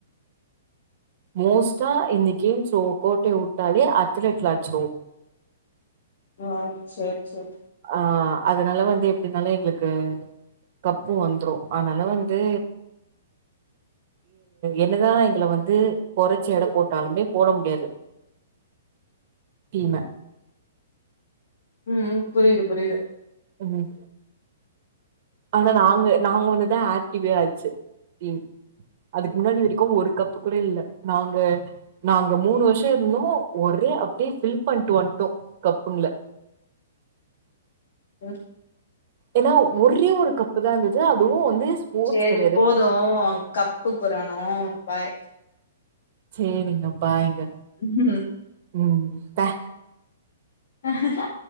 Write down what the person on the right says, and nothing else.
மோஸ்ட்டா இந்த கேம்ஸ் ஒ கோட்டைய வுட்டாலே அத்லெட்ல அச்சிருவோ
ஆ அதனால வந்து எப்டினாலோ எங்குளுக்கு கப்பும் வந்துரோ அதனால வந்து என்னதா எங்கள வந்து கொறைச்சு எட போட்டாலுமே போட முடியாது டீம
ம் ஆனா நாங்க நாங்க வந்துதா ஆக்டிவே ஆச்சு டீம் அதுக்கு முன்னாடி வரைக்கோ ஒரு கப்பு கூட இல்ல நாங்க நாங்க மூணு வருஷோ இருந்தோ ஒரே அப்டியே ஃபில் பண்ட்டு வன்டோ கப்புங்கல
ஏன்னா ஒரே ஒரு கப்பு தா இருந்தது அதுவோ வந்து ஸ்போர்ட்ஸ்
கெடையாது
சேரிங்க பாய்ங்க
ம் பே